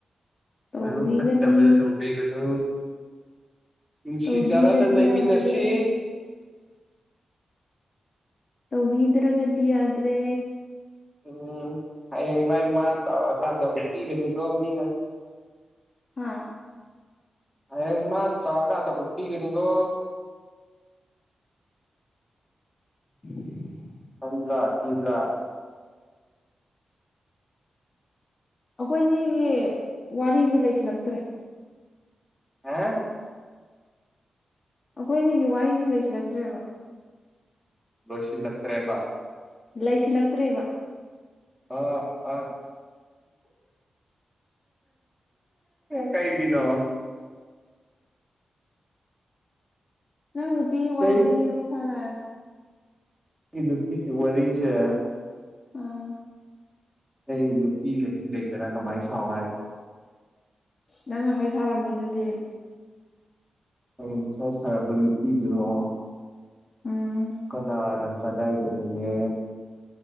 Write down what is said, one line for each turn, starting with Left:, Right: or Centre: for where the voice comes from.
Left: ꯇꯧꯕꯤꯒꯅꯤ
Centre: ꯅꯕꯨꯛ ꯐꯠꯇꯕꯗꯨ ꯇꯧꯕꯤꯒꯅꯨ ꯅꯨꯡꯁꯤ
Left: ꯇꯧꯕꯤꯗꯗꯤ
Centre: ꯆꯥꯟꯅꯅ ꯂꯩꯃꯤꯟꯅꯁꯤ
Left: ꯌꯥꯗꯔꯦ ꯇꯧꯕꯤꯗ꯭ꯔꯒꯗꯤ ꯌꯥꯗ꯭ꯔꯦ
Centre: ꯎꯝ ꯍꯌꯦꯡꯋꯥꯥꯏ ꯃꯥ ꯆꯥꯎꯔꯀꯥꯟꯗ ꯎꯠꯄꯤꯒꯅꯤꯀꯣ ꯃꯤꯅ
Left: ꯍꯥ
Centre: ꯍꯌꯦꯡ ꯃꯥ ꯆꯥꯎꯔꯀꯥꯟꯗ ꯎꯠꯄꯤꯒꯅꯤꯀꯣ
Left: <inaudible> <inaudible>
Centre: ꯇꯟꯗ꯭ꯔꯥ ꯀꯤꯗ꯭ꯔꯥ
Left: ꯑꯩꯈꯣꯏꯅꯤꯒꯤ ꯋꯥꯔꯤꯖꯦ ꯂꯩꯁꯤꯜꯂꯛꯇ꯭ꯔꯦ
Centre: ꯍꯥ
Left: ꯑꯩꯈꯣꯏ ꯑꯅꯤꯒꯤ ꯋꯥꯔꯤꯁꯦ ꯂꯩꯁꯤꯜꯂꯛꯇ꯭ꯔꯦꯕ
Centre: ꯂꯣꯢꯁꯤꯜ ꯂꯛꯇ꯭ꯔꯦꯕ
Left: ꯂꯩꯁꯤꯜꯂꯛꯇ꯭ꯔꯦꯕ
Centre: ꯑꯥ ꯑꯥ ꯀꯩꯒꯤꯅꯣ
Left: ꯅꯪ ꯅꯨꯄꯤꯒꯤ ꯋꯥꯔꯤꯗꯣ
Centre: ꯀꯩꯒꯤ
Left: ꯂꯤꯔꯛꯑꯣ ꯁꯥꯟꯅꯔꯁꯦ
Centre: ꯑꯩ ꯅꯨꯄꯤꯒꯤ ꯋꯥꯔꯤꯁꯦ
Left: ꯑꯥ
Centre: ꯑꯩ ꯅꯨꯄꯤ ꯂꯩꯁꯨ ꯂꯩꯇꯔꯥ ꯀꯃꯥꯏꯅ ꯁꯥꯎ ꯍꯥꯏꯅꯣ
Left: ꯅꯪ ꯉꯁꯥꯏ ꯁꯥꯔꯝꯃꯤꯗꯨꯗꯤ
Centre: ꯑꯩꯅ ꯉꯁꯥꯢ ꯁꯥꯔꯝꯕ ꯅꯨꯄꯤꯗꯨꯔꯣ
Left: ꯎꯝ
Centre: ꯀꯅꯥꯅ ꯀꯗꯥꯏꯗꯅꯣꯅꯦ